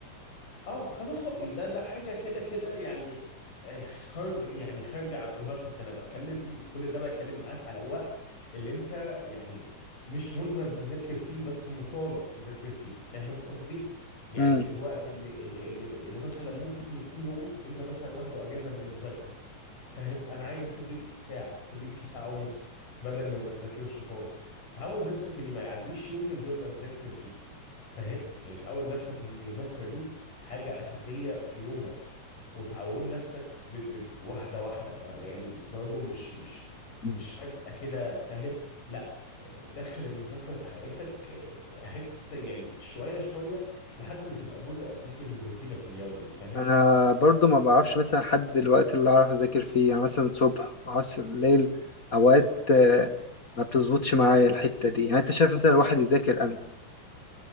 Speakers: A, on the left (about 80°); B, on the left (about 35°).
A: اه خلاص هو- ده ده حاجه كده كده يعني آه، خارج يعني خارجه عن ارادتك انا بتكلم كل ده بتكلم معاك على الوقت اللي انت يعني مش ملزم تذاكر فيه بس مطالب تذاكر فيه فاهم قصدي يعني
B: امم
A: الوقت اللي اللي اللي, اللي مثلا ممكن يكون يوم انت مثلا واخده اجازه من المذاكره فاهم انا عايزك تضيف فيه ساعه تضيف فيه ساعه ونص بدل ما ما تذاكرش خالص تعود نفسك ان ما يعديش يوم من غير ما تذاكر فيه فاهم يعني تعود نفسك ان المذاكره دي حاجة أساسية في يومك وتعود نفسك ب- ب- بواحدة واحدة ما- يعني برضو مش مش مش
B: امم
A: فجأة كده فاهم لا دخل المذاكرة في حياتك آه، حتة يعني شوية شوية لحد ما تبقى جزء أساسي من روتينك اليومي فاهم
B: انا برضو ما بعرفش مثلا احدد الوقت اللي اعرف اذاكر فيه يعني مثلا صبح عصر ليل اوقات آه، ما بتظبطش معايا الحتة دي يعني انت شايف مثلا الواحد يذاكر امتى